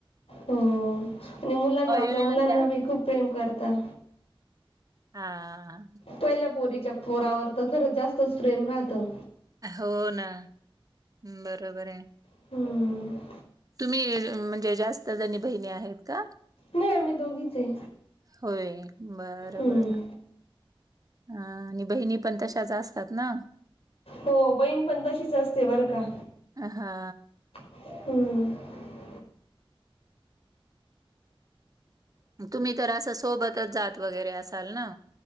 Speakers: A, on the left; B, on the right.
A: हो आणि मुलांना
B: आई
A: आपल्या
B: मी
A: मुलांना
B: म्हणते हां.
A: बी खूप प्रेम करता.
B: हा!
A: पहिल्या पोरीच्या पोरावर त खरं जास्तच प्रेम राहतं.
B: हो ना बरोबर आहे.
A: हूं!
B: तुम्ही म्हणजे जास्त जणी बहिणी आहेत का?
A: नाही आम्ही दोघीच आहे
B: होय बर
A: हम्म.
B: बर. ह आणि बहिणी पण तश्याच असतात ना
A: हो बहीण पण तशीच असते बरं का!
B: अ हा!
A: हूं!
B: तुम्ही तर असं सोबतच जात वगैरे असाल ना!